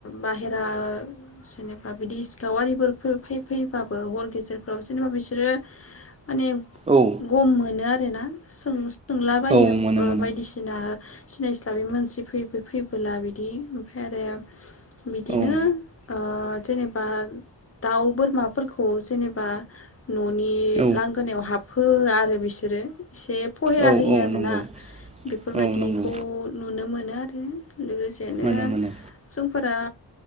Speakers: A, on the left; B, on the right.
A: बाहेरा जेनेबा बिदि सिखाव आरिफोर फोर फै फैबाबो हर गेजेरफोराव जेनेबा बिसोरो माने
B: औ
A: गम मोनो आरो <unintelligible> सों सोंलाबायो
B: औ मोनो
A: ओ
B: मोनो
A: बायदिसि ओ सिनायस्लाबै मानसि फै फै फैबोला बिदि ओमफ्राय आरो बिदिनो
B: औ
A: ओ जेनेबा दाउ बोरमाफोरखौ जेनेबा न'नि
B: औ
A: लांगोनायाव हाबहोआ आरो बिसोरो इसे फहेरा
B: औ
A: होयो
B: औ
A: आरो
B: नंगौ
A: ना फोरबायदिखौ
B: औ नंगौ
A: नुनो मोनो आरो लोगोसेनो
B: मोनो मोनो
A: जोंफोरा